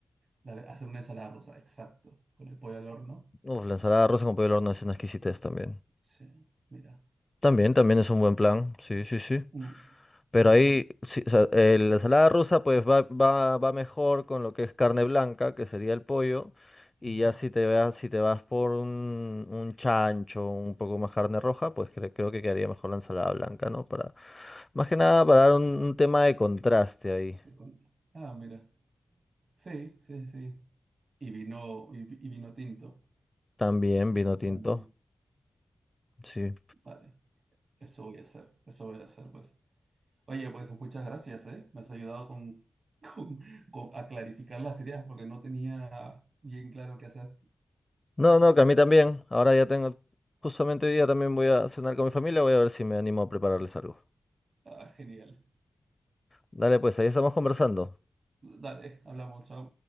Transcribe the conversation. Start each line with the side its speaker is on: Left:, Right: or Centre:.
Right: La be- hacer una ensalada rusa, exacto. Con el pollo al horno.
Left: Uf, la ensalada rosa con pollo al horno es una exquisitez también.
Right: Sí, mira.
Left: También, también es un buen plan, sí, sí, sí.
Right: Mm,
Left: Pero
Right: ujú,
Left: ahí, sí, o sea, eh, la ensalada rusa pues va, va, va mejor con lo que es carne blanca, que sería el pollo, y
Right: ujú.
Left: ya si te vas, si te vas por un, un chancho, un poco más carne roja, pues cre- creo que quedaría mejor la ensalada blanca, ¿no? Para, más que nada para dar un, un tema de contraste ahí.
Right: Sí, con- Ah, mira. Sí, sí, sí. Y vino, y, y vino tinto
Left: También vino tinto,
Right: también.
Left: sí.
Right: Vale, eso voy a hacer, eso voy a hacer, pues. Oye, pues muchas gracias, ¿eh? Me has ayudado con, <laughs> con, con- a clarificar las ideas porque no tenía bien claro qué hacer.
Left: No, no, que a mí también. Ahora ya tengo, justamente hoy día también voy a cenar con mi familia, voy a ver si me animo a prepararles algo.
Right: Ah, genial.
Left: Dale, pues ahí estamos conversando.
Right: Dale, hablamos, chao.